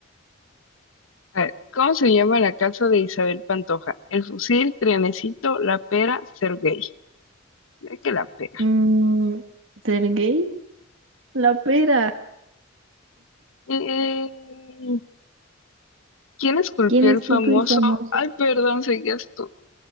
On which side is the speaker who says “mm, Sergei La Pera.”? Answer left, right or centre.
Right